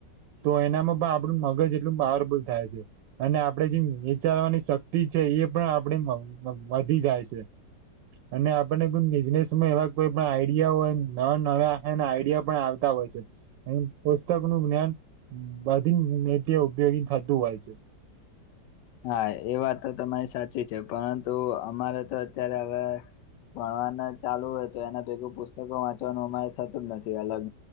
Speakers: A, on the right (about 80°); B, on the left (about 75°).
A: તો એનામાં પણ આપડું મગજ એટલું પાવરફુલ થાય છે અને આપડે જે વિચારવાની શક્તિ છે એ પણ આપડી વધી જાય છે અને આપણને કોઇ બિઝનેસમાં એવા કોઈ પણ આઈડિયા હોય નવા નવા આઈડિયા પણ આવતા હોય છે એ પુસ્તક નું જ્ઞાન બધીય ઉપયોગી થતું હોય છે
B: હા એ વાત તો તમારી સાચી છે પરંતુ અમારે તો અત્યારે હવે ભણવાનું ચાલુ હોય તો એના ભેગું પુસ્તકો વાંચવાનું અમારે થતું જ નથી અલગ